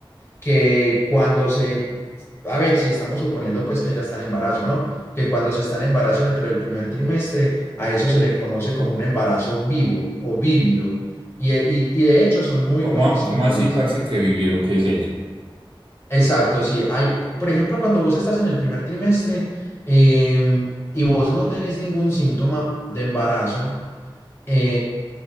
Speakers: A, on the left (about 30°); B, on the right (about 65°).
A: que cuando se, a ver, si estamos suponiendo pues que ya están en embarazo, ¿no? Que cuando se está en embarazo dentro del primer trimestre, a eso se le conoce como un embarazo vivo o vívido. Y, e- y, y de hecho son muy
B: ¿cómo,
A: buenos síntomas.
B: cómo así, parce, que vivido, qué es eso?
A: Exacto, sí. Hay, por ejemplo, cuando vos estás en el primer trimestre em, y vos no tenés ningún síntoma de embarazo, eh,